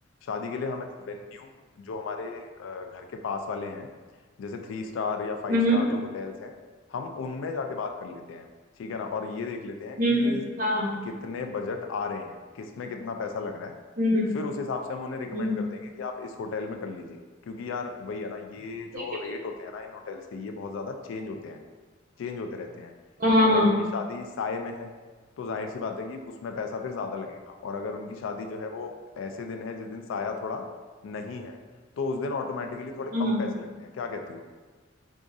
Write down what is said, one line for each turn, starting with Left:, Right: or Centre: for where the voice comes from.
Left: शादी के लिए हमें ना वेन्यू जो हमारे अ, घर के पास वाले हैं जैसे थ्री स्टार या फाइव
Right: हम्म
Left: स्टार जो होटल्स हैं हम उनमें जाके बात कर लेते हैं ठीक है ना और ये देख लेते
Right: हम्म
Left: हैं कि
Right: हम्म हम्म, हाँ
Left: अ,
Right: हाँ
Left: कितने बजट आ रहे हैं किस में कितना पैसा लग रहा है
Right: हम्म हम्म
Left: फिर उस हिसाब से हम उन्हें रिकमेंड
Right: हम्म,
Left: कर देंगे कि आप इस होटल में कर लीजिए क्योंकि यार वही है ना ये
Right: ठीक
Left: जो
Right: है
Left: रेट
Right: ठीक
Left: होते
Right: है
Left: हैं ना इन होटल्स के ये बहुत ज्यादा चेंज होते हैं चेंज होते रहते हैं
Right: हाँ
Left: अगर
Right: हाँ
Left: उनकी शादी साय में है तो जाहिर सी बात है कि उसमें पैसा फिर ज्यादा लगेगा और अगर उनकी शादी जो है वो ऐसे दिन है जिस दिन साया थोड़ा नहीं है तो उस दिन ऑटोमेटिकली थोड़े
Right: हाँ
Left: कम
Right: हाँ
Left: पैसे लगते हैं क्या कहती हो